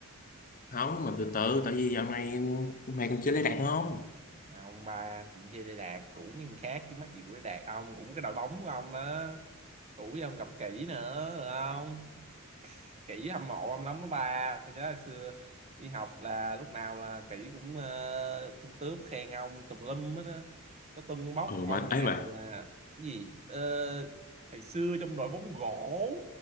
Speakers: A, on the left; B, on the right.
A: không mà từ từ tại vì dạo này mày còn chưa lấy đàn không
B: À, ông ba chuyện chơi Đê Đạt cũ miếng khác chứ mắc gì của Đê Đạt ông cũ cái đội bóng của ông á cũ với ông gặp kỹ nữa được không kỹ hâm mộ ông lắm đó ba tôi nhớ hồi xưa đi học là lúc nào là kỹ cũng ờ, tung tướp khen ông tùm lum hết á nó tưng bốc
A: ừ
B: ông
A: mà ấy
B: nào
A: mà
B: là cái gì ờ, hồi xưa trong đội bóng gỗ